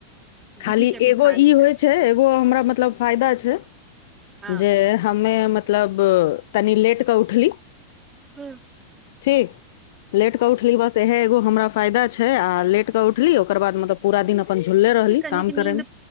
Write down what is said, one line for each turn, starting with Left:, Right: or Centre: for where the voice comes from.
Left: खाली
Right: विधि के विधान
Left: एगो ई होइ छै एगो हमरा मतलब फायदा छै
Right: हँ
Left: जे हमे मतलब तनि लेट कऽ उठली
Right: हुॅं
Left: ठीक लेट कऽ उठली बस इहे एगो हमरा फायदा छै आ लेट के उठली ओकर बाद मतलब पुरा दिन अपन झुलले रहली
Right: कनिक
Left: काम
Right: नींद
Left: करे मे